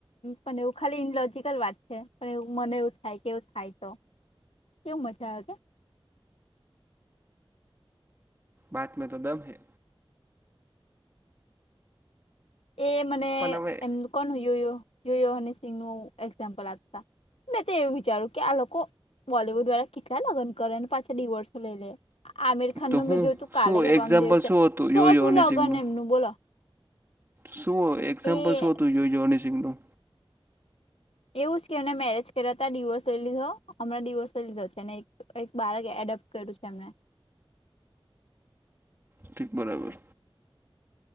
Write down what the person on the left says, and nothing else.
પણ એવું ખાલી ઇનલોજકલ વાત છે પણ એવ મને એવું થાય કે એવું થાય તો. કેવું મજા આવે કે.
એ મને
એમ કોણ યુ યુહ સિહ નું એક્ઝામ્પલ આપતા? મેં તો એવું વિચાર્યું કે આ લોકો બોલીવુડ વાળા કેટલા લગ્ન કરે અને પાછા ડિવોર્સ લઈ લે. આમિર ખાન
ન મેં જોયું તું
કાલે
કે પરભ દિવસે
ચોથુ
લગ્ન ને એમનું બોલો.
એ
એવું જ કે એને મેરેજ કર્યા હતા ડિવોર્સ લઈ લીધો હમણાં ડિવોર્સ લઈ લીધો છે અને એક બાળક એડપ્ટ. કર્યું છે એમને.